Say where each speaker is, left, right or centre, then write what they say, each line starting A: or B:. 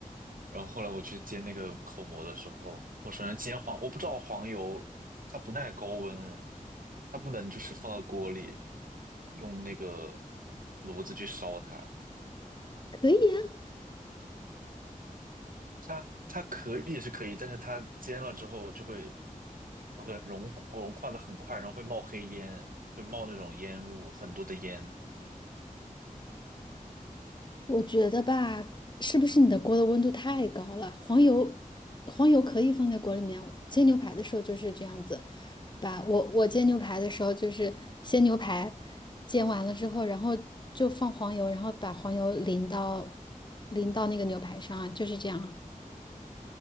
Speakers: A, on the right (about 80°); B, on the left (about 35°).
A: 然后后来我去煎那个口蘑的时候，我首先煎黄，我不知道黄油它不耐高温，它不能就是放到锅里用那个炉子去烧它，
B: 可以啊，
A: 它它可以是可以，但是它煎了之后就会很融化，融化的很快，然后会冒黑烟，会冒那种烟雾，很多的烟。
B: 我觉得吧，是不是你的锅的温度太高了？黄油，黄油可以放在锅里面。煎牛排的时候就是这样子，把我我煎牛排的时候就是先牛排煎完了之后，然后就放黄油，然后把黄油淋到淋到那个牛排上啊，就是这样啊。